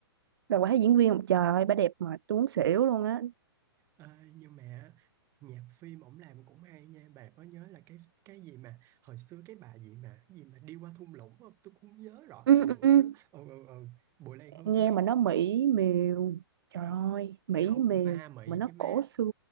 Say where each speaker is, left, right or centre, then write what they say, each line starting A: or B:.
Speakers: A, on the right; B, on the right.
A: đợt bà thấy diễn viên một trời ơi bà đẹp mà tuấn xỉu luôn á
B: Ê, nhưng mà nhạc phim ổng làm cũng hay nha bà có nhớ là cái cái gì mà hồi xưa cái bà gì mà cái gì mà đi qua thung lũng không tôi cũng không nhớ rõ cái
A: ừ,
B: tựa
A: ừ, ừ.
B: đó ừ ừ ừ Bùi Lan Hương
A: nghe
B: hát
A: mà nó mỹ miều trời ơi mỹ
B: không
A: miều
B: ma mị
A: mà nó
B: chứ má
A: cổ xưa